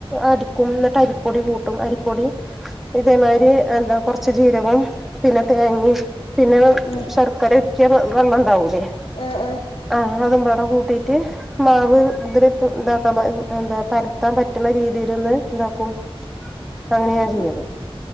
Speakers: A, in the centre; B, on the left (about 65°).
A: അടിക്കും എന്നിട്ട് അരിപ്പൊടി കൂട്ടും അരിപ്പൊടി ഇതേമാതിരി എന്താ കൊറച്ച് ജീരകവും തേങ്ങിം പിന്നെ
B: ആഹ്
A: ശർക്കര ഉരുക്കിയ വെള്ളം ഇണ്ടാവൂലേ
B: ഏഹ് ഏഹ്
A: ആ അതും പാടെ കൂട്ടീട്ട് മാവ് ഇതി ഇതാക്കാ എന്താ പരത്താൻ പറ്റണ രീതിയിലൊന്ന് ഇണ്ടാക്കും അങ്ങനെയാ ഞാൻ
B: ആഹ്
A: ചെയ്യല്
B: ആഹ്